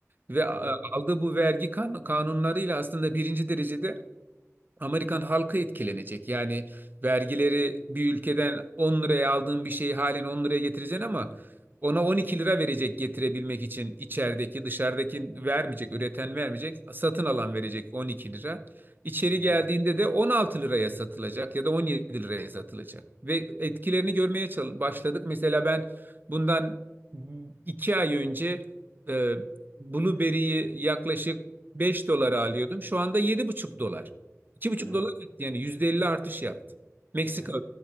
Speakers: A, on the right (about 35°); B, on the left (about 65°).
A: Ve a-
B: Değil mi?
A: aldığı bu vergi kan- kanunlarıyla aslında birinci derecede Amerikan halkı etkilenecek. Yani vergileri bir ülkeden 10 liraya aldığın bir şeyi halen 10 liraya getireceksin ama ona 12 lira verecek getirebilmek için içerideki dışarıdaki vermeyecek, üreten vermeyecek, satın alan verecek 12 lira. İçeri
B: Hı
A: geldiğinde
B: hı.
A: de 16 liraya satılacak ya da 17 liraya satılacak. Ve etkilerini görmeye çal- başladık. Mesela ben bundan iki ay önce e, Blueberry'yi yaklaşık 5 dolara alıyordum. Şu anda yedi buçuk dolar iki buçuk
B: Değil mi?
A: dolar etti yani %50 artış yaptı. Meksika
B: E sen